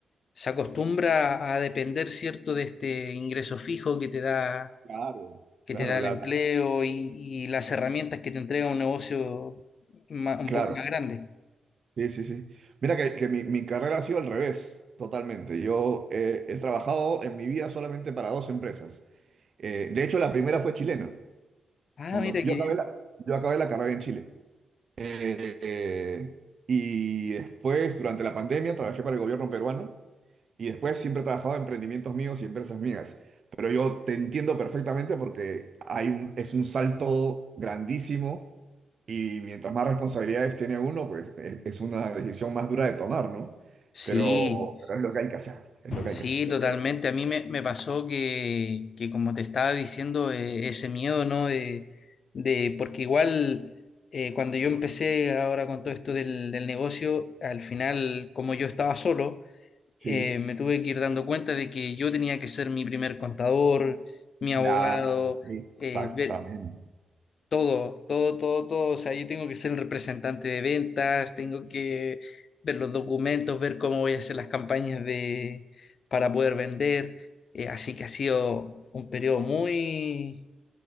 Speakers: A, on the left (about 55°); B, on the right (about 50°).
A: se acostumbra a depender, ¿cierto?, de este ingreso fijo que te da
B: claro,
A: que
B: claro,
A: te da
B: la-
A: el empleo
B: la-
A: y, y las herramientas que te entrega un negocio ma- un
B: claro.
A: poco más grande.
B: Sí, sí, sí. Mira que, que mi, mi carrera ha sido al revés, totalmente. Yo eh, he trabajado en mi vida solamente para dos empresas. Eh, de hecho, la primera fue chilena.
A: Ah,
B: Cuando
A: mira
B: yo
A: qué bien.
B: acabé la, yo acabé la carrera en Chile. Eh, eh, y después, durante la pandemia, trabajé para el gobierno peruano y después siempre he trabajado en emprendimientos míos y empresas mías. Pero yo te entiendo perfectamente porque hay un, es un salto grandísimo y mientras más responsabilidades tiene uno, pues es, es una decisión más dura de tomar, ¿no?
A: Sí,
B: Pero, pero es lo que hay que hacer, es lo que hay
A: sí,
B: que hacer, yo
A: totalmente.
B: creo.
A: A mí me, me pasó que, que, como te estaba diciendo, eh, ese miedo, ¿no? De, de- porque igual eh, cuando yo empecé ahora con todo esto del, del negocio, al final, como yo estaba solo,
B: Sí,
A: eh, me tuve que ir dando cuenta de que yo tenía que ser mi primer contador, mi
B: claro,
A: abogado,
B: exactamente.
A: eh, ver, Todo, todo, todo, todo. O sea, yo tengo que ser el representante de ventas, tengo que ver los documentos, ver cómo voy a hacer las campañas de, para poder vender. Eh, así que ha sido un periodo muy,